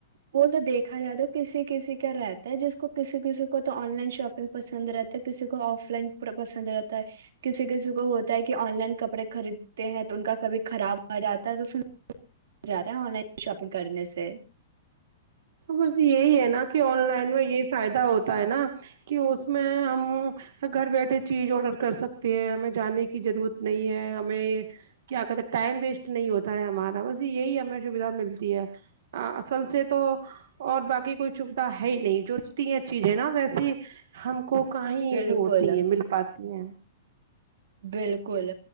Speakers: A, on the right; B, on the right.
A: وہ تو دیکھا جائے تو کسی کسی رہتا ہے جس کو کسی کسی کو تو آن لائن شاپنگ پسند رہتا ہے کسی کو آف لائن پسند رہتا ہے کسی کسی کو ہوتا ہے کہ آن لائن کپڑے خریدتے ہیں تو ان کا کبھی خراب آ جاتا ہے تو جاتا ہے آن لائن شاپنگ کرنے سے
B: بس یہی ہے نا کہ آن لائن میں یہی فائدہ ہوتا ہے نا کہ اس میں ہم گھر بیٹھے چیز آڈر کر سکتی ہیں ہمیں جانے کی ضرورت نہیں ہے ہمیں کیا کہتے ہیں ٹائم ویسٹ نہیں ہوتا ہے ہمارا بس یہی ہمیں سویدھا ملتی ہے اصل سے تو اور باقی کوئی سویدھا ہے ہی نہیں جو ت چیزیں نا ویسی ہم کو کہیں
A: بالکل
B: وہ ہوتی ہیں مل پات پں
A: بالکل